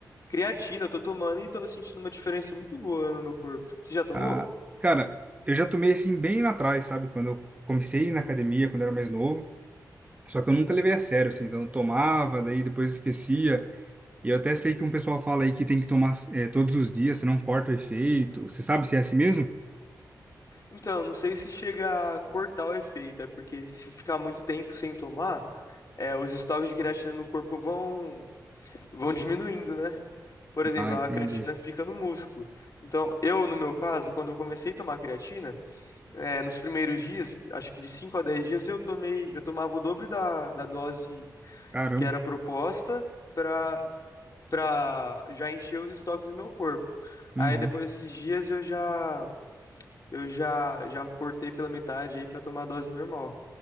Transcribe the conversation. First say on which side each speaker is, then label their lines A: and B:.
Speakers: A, on the left (about 45°); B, on the right (about 20°).
A: creatina, eu tô tomando e tô sentindo uma diferença muito boa no meu corpo. Você já tomou?
B: Ah, cara, eu já tomei assim bem lá atrás, sabe? Quando eu comecei na academia, quando eu era mais novo. Só que eu nunca levei a sério, assim. Então eu tomava, daí depois esquecia. E eu até sei que um pessoal fala aí que tem que tomar eh, todos os dias, senão corta o efeito. Você sabe se é assim mesmo?
A: Então, não sei se chega a cortar o efeito, é porque se ficar muito tempo sem tomar, é, os estoques de creatina no corpo vão, vão diminuindo, né? Por exemplo,
B: Ah, entendi.
A: a creatina fica no músculo. Então, eu, no meu caso, quando eu comecei a tomar creatina, eh, nos primeiros dias, acho que de 5 a 10 dias, eu tomei, eu tomava o dobro da, da dose
B: Caramba.
A: que era proposta para para já encher os estoques do meu corpo. Aí
B: Uhum.
A: depois desses dias eu já eu já já cortei pela metade aí para tomar a dose normal.